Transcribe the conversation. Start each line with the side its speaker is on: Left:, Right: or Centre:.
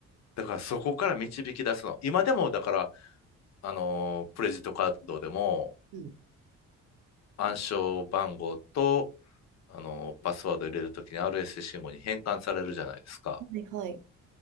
Left: だからそこから導き出すの。今でも、だから、あの、クレジットカードでも
Right: うん。
Left: 暗証番号と、あの、パスワード入れるときに RSC 信号に変換されるじゃないですか。
Right: はいはい。